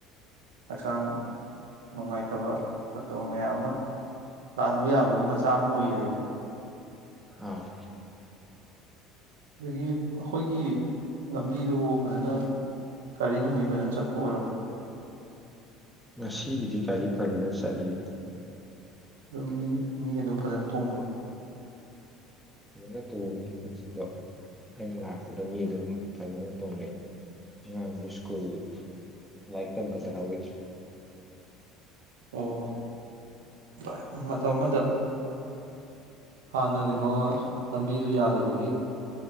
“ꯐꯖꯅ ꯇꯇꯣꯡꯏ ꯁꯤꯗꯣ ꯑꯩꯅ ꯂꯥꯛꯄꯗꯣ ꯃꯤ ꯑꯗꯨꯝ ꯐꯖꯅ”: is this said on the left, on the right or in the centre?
Centre